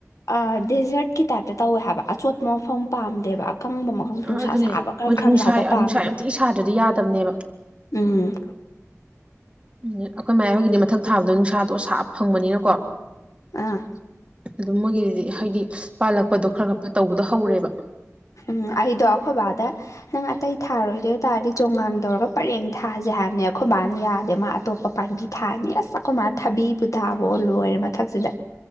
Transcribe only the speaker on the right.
ꯑꯥ
ꯑꯗꯨꯅꯦ
ꯃꯣꯏꯗꯣ
ꯅꯨꯡꯁꯥ
ꯅꯨꯡꯁꯥ ꯌꯥꯝ ꯊꯤ ꯁꯥꯗ꯭ꯔꯗꯤ ꯌꯥꯗꯕꯅꯦꯕ
ꯎꯝ ꯑꯈꯣꯏ ꯃꯌꯥꯏ ꯍꯣꯏꯒꯤꯗꯤ ꯃꯊꯛ ꯊꯥꯕꯗꯣ ꯅꯨꯡꯁꯥꯗꯣ ꯁꯥꯕ ꯐꯪꯕꯅꯤꯅꯀꯣ
ꯑꯗꯨꯝ ꯃꯣꯏꯒꯤꯗꯤ ꯍꯥꯏꯗꯤ ꯄꯥꯜꯂꯛꯄꯗꯣ ꯈꯔ ꯈꯔ ꯇꯧꯕꯗꯣ ꯍꯧꯔꯦꯕ